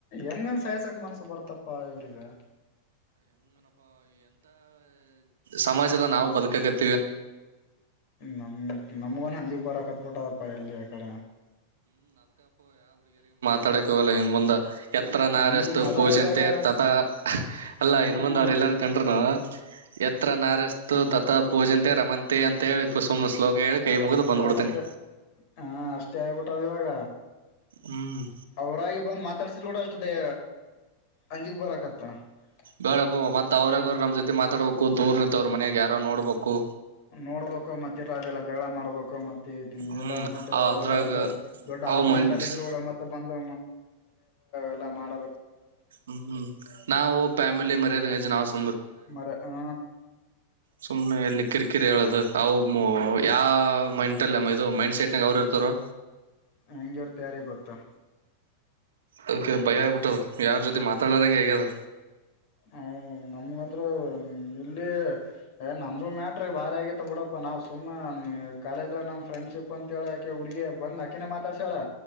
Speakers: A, on the left; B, on the right.
A: ಎಂಗಾನ್ ಸಯಸಕ್ ಮನ್ಸ್ ಬರ್ತಪ್ಪ ಇವ್ರಿಗೆ.
B: ಸಮಾಜದಾಗ್ ನಾವು ಬದುಕಕ್ ಅತ್
A: ನಮ್ ನಮ್ಮೋನ್ ಅಲ್ಲಿಗ್ ಬರಕ್ ಹತ್ಬಿಟ್ಟದಪ್ಪ ಎಲ್ಲಿ ಆ ಕಡೆ
B: ತಡ್ಯಾಕ್ ಆಗಲ್ಲ ಇನ್ ಮುಂದ. ಯತ್ರ ನಾರ್ಯಸ್ತು
A: ಹ್ಮ್ ಅದ್ರಾಗ
B: ಪೂಜ್ಯಂತೆ
A: ಅದ್ರಾಗ
B: ತತಾ ಅಲ್ಲಾ ಇನ್
A: ಹ್ಮ್
B: ಮುಂದ್ ಅವ್ರ್ ಎಲ್ಲಾರ ಕಂಡ್ರುನೂ ಯತ್ರ ನಾರ್ಯಸ್ತು ತತಾ ಪೂಜ್ಯಂತೆ ರಮಂತೆ ಅಂತ್ ಹೇಳಿ ಸುಮ್ನೆ ಶ್ಲೋಕ ಹೇಳಿ ಕೈ
A: ಆಷ್ಟೇ
B: ಮುಗಿದು ಬಂದ್ಬಿಡ್ತೇನಿ
A: ಅಷ್ಟೇ, ಹಾ ಅಷ್ಟೇ ಆಗ್ಬಿಟ್ <unintelligible> ಇವಾಗ.
B: ಹ್ಮ್
A: ಅವರಾಗಿ ಬಂದ್ ಮಾತಾಡ್ಸಿದ್ ಕೂಡ ತದೆ ಅಂಜಿಗ್ ಬರಕತ್ತ. <unintelligible>
B: ಬೇಡಪ್ಪ ಮತ್ತ ಅವ್ರಾಗ ಅವರು ನಮ್ ಜೊತೆ ಮಾತಾಡ್ಬೇಕು ದೂರ್ನಂತವ್ರ ಮನ್ಯಾಗ ಯಾರ ನೋಡ್ಬೇಕು.
A: ನೋಡ್ಬೇಕು ಮತ್ತೆ ಇರ ಅದೆಲ್ಲ ಜಗಳ ಮಾಡ್ಬೇಕು ಮತ್ತ
B: ಹ್ಮ್
A: ಇಲ್ಲ ಮತ್ತೆ ಅ
B: ಅದ್ರಾಗ
A: ಅವರು ಮತ್ತೆ ದೊಡ್ಡ
B: ಅವ
A: ಆಪ್ಮೆಂಟ್
B: ಮೈಂಡ್ಸ್
A: ಅಲ್ಲಿ ಇದ್ರು ಕೂಡ ಮತ್ತೆ ಬಂದು. ಎಲ್ಲ ಮಾಡ್
B: ಹ್ಮ್ ಹ್ಮ್ ನಾವು ಫ್ಯಾಮಿಲಿ <inaudible> <unintelligible>
A: ಮರ ಹಾ.
B: ಸುಮ್ನೆ ಎಲ್ಲಿ ಕಿರಿಕಿರಿ ಹೇಳೋದು ಅ ಯಾ ಮೈಂಟಲ್ಲಿ ಇದು ಮೈಂಡ್ ಸೆಟ್ನಾ ಗ್ ಅವ್ರ್ ಇರ್ತಾರೊ
A: ಹೆಂಗಿರ್ತ್ ಯಾರಿಗ್ ಗೊತ್ತಾ.
B: ಅದಕ್ಕೆ ಭಯ ಆಗ್ಬಿಟ್ಟದ ಯಾರ್ ಜೊತೆ ಮಾತಾಡದಂಗೆ ಹಾಗ್ಯದ
A: ಹ ನಮಗಂದ್ರ್ ಇಲ್ಲಿ ನಮ್ದು ಮ್ಯಾಟ್ರಿ ಬಾರಿ ಆಗತ್ತ ಬಿಡಪ್ಪ ನಾವ್ ಸುಮ್ಮ್ ಕಾಲೇಜ ನಮ್ ಫ್ರೆಂಡ್ಶಿಪ್ ಅಂತ. ಳಾಕೆ ಹುಡುಗಿ <unintelligible> ಅಕಿನೇ ಮಾತಾಡ್ಸ್ಯಾಳ